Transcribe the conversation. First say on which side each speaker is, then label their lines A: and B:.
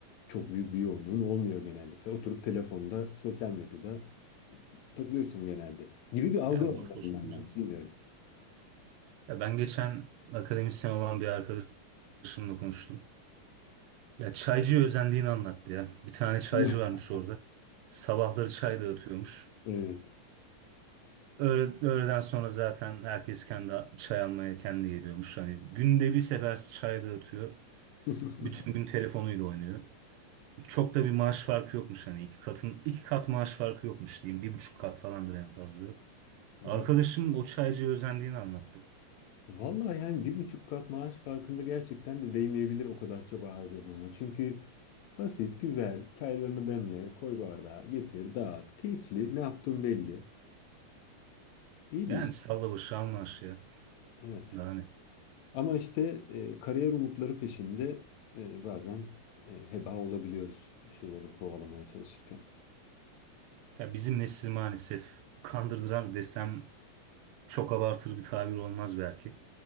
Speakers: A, on the left (about 75°); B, on the right (about 85°).
A: Çok büyük bir yoğunluğun olmuyor genellikle. Oturup telefonda, sosyal medyada takılıyorsun genelde. Gibi bir algı
B: Yani
A: var
B: boş
A: en
B: boş
A: azından
B: oturacaksın.
A: ben bilmiyorum.
B: Ya ben geçen akademisyen olan bir arkadaşımla konuştum. Ya çaycıya özendiğini anlattı ya. Bir tane çaycı
A: <laughs>
B: varmış orada. Sabahları çay dağıtıyormuş.
A: Evet.
B: Öğle, öğleden sonra zaten herkes kendi çay almaya kendi geliyormuş. Hani günde bir sefer çay dağıtıyor.
A: <laughs>
B: Bütün gün telefonuyla oynuyor. Çok da bir maaş farkı yokmuş hani iki katın iki kat maaş farkı yokmuş diyeyim. Bir buçuk kat falandır en fazla.
A: Va-
B: Arkadaşım o çaycıya özendiğini anlattı.
A: Vallahi yani bir buçuk kat maaş farkında gerçekten de değmeyebilir o kadar çaba harcadığına. Çünkü basit, güzel, çaylarını demle, koy bardağa, getir, dağıt, keyifli, ne yaptığın belli. İyi
B: Yani
A: bir iş.
B: salla başı anlaş ya.
A: Evet.
B: Daha ne?
A: Ama işte e, kariyer umutları peşinde e, bazen e, heba olabiliyoruz bir şeyleri kovalamaya çalışırken.
B: Ya bizim nesil maalesef kandırdılar desem çok abartır bir tabir olmaz belki.